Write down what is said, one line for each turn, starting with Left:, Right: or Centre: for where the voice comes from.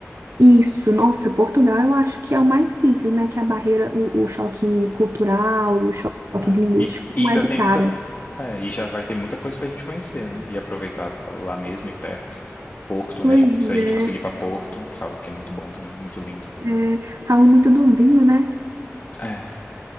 Right: Isso, nossa, Portugal eu acho que é o mais simples, né? Que é a barreira, o, o choque cultural e o choque
Left: É.
Right: linguístico
Left: E, e
Right: não
Left: ainda
Right: é de
Left: tem
Right: cara.
Left: muita. co- É, e já vai ter muita coisa pra gente conhecer, né? E aproveitar lá mesmo e perto. Porto,
Right: Pois
Left: né? Tipo, Se a gente
Right: é,
Left: conseguir ir pra Porto, que falam que é muito bom também, muito lindo.
Right: é, falam muito do vinho, né?
Left: É.